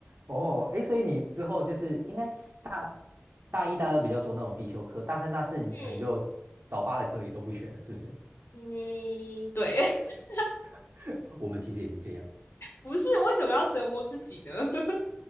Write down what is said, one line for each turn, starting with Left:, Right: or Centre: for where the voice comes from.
Right: 哦，哎，所以你之后就是应该大大一、大二比较多那种必修课，大三、大四你可能就早八的课也都不选了，
Left: 嗯
Right: 是不是？
Left: 嗯，对，<laughs>
Right: <laughs> 我们其实也是这样，
Left: 不是为什么要折磨自己呢？<laughs>